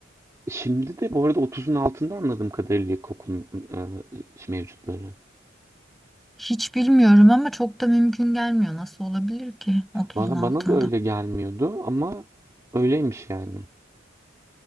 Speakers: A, on the right; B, in the centre.
A: şimdi de bu arada otuzun altında anladığım kadarıyla ilkokulun e, mevcutları.
B: Hiç bilmiyorum ama çok da mümkün gelmiyor. Nasıl olabilir ki 30'un
A: Valla
B: altında?
A: bana da öyle gelmiyordu ama öyleymiş yani.